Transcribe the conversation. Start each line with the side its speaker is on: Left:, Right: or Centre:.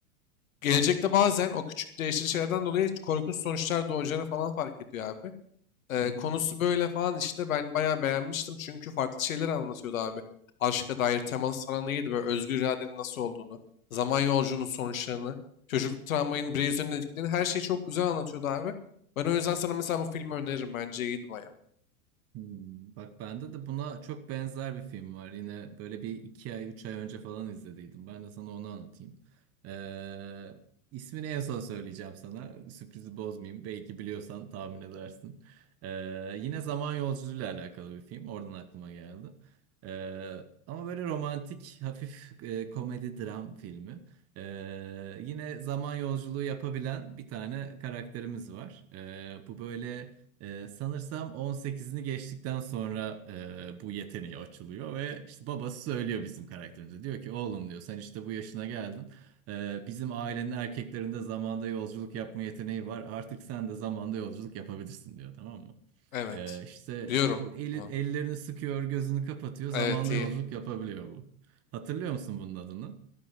Left: Gelecekte bazen o küçük değiştirici şeylerden dolayı korkunç sonuçlar doğacağını falan fark ediyor abi. Ee,
Right: hı. hı.
Left: konusu böyle falan işte ben bayağı beğenmiştim çünkü farklı şeyler anlatıyordu abi. Aşka dair temas falan iyiydi böyle özgür iradenin nasıl olduğunu, zaman yolculuğunun sonuçlarını, çocukluk travmanın birey üzerinde etkilerini her şeyi çok güzel anlatıyordu abi. Ben o yüzden sana mesela bu filmi öneririm bence iyiydi bayağı.
Right: Hmm. Bak bende de buna çok benzer bir film var. Yine böyle bir iki ay, üç ay önce falan izlediydim. Ben de sana onu anlatayım. Ee, ismini en son söyleyeceğim sana. Sürprizi bozmayayım. Belki biliyorsan tahmin edersin. Ee, yine zaman yolculuğuyla alakalı bir film. Oradan aklıma geldi. Ee, ama böyle romantik, hafif e, komedi dram filmi. Ee, yine zaman yolculuğu yapabilen bir tane karakterimiz var. Ee, bu böyle... Ee, sanırsam 18'ini geçtikten sonra e, bu yeteneği açılıyor ve işte babası söylüyor bizim karakterimize. Diyor ki oğlum diyor sen işte bu yaşına geldin. Ee, bizim ailenin erkeklerinde zamanda yolculuk yapma yeteneği var. Artık sen de zamanda yolculuk yapabilirsin diyor tamam mı?
Left: Evet.
Right: Ee, işte
Left: Biliyorum
Right: bu eli,
Left: bunu.
Right: ellerini sıkıyor, gözünü kapatıyor.
Left: Evet
Right: Zamanda
Left: iyi.
Right: yolculuk yapabiliyor bu. Hatırlıyor musun bunun adını?